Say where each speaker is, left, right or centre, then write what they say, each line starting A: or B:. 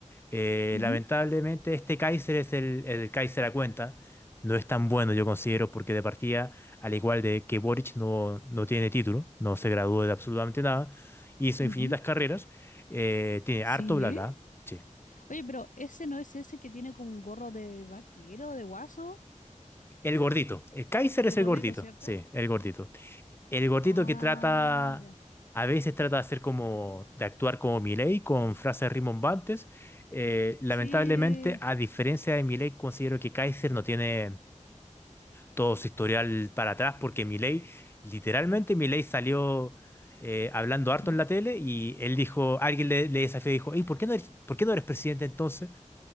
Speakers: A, on the left; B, on the left.
A: Eh,
B: Ujú,
A: lamentablemente este Kaiser es el, el Kaiser a cuenta. No es tan bueno, yo considero, porque de partida, al igual de que Boric no, no tiene título, no se graduó de absolutamente nada, hizo
B: ujú.
A: infinitas carreras, eh, tiene
B: Sí.
A: harto bla bla. Sí.
B: Oye, pero ese no es ese que tiene como un gorro de vaquero, de guaso.
A: El gordito. El Kaiser
B: El
A: es el
B: gordito,
A: gordito.
B: ¿cierto?
A: Sí, el gordito. El gordito
B: Ah,
A: que trata,
B: ya.
A: a veces trata de hacer como, de actuar como Milei con frases rimbombantes. Eh, lamentablemente,
B: Sí.
A: a diferencia de Milei, considero que Kaiser no tiene. todo su historial para atrás, porque Milei, literalmente Milei salió eh, hablando harto
B: Ujú.
A: en la tele y él dijo, alguien le, le desafió y dijo, ¿y por qué no eres, por qué no eres presidente entonces?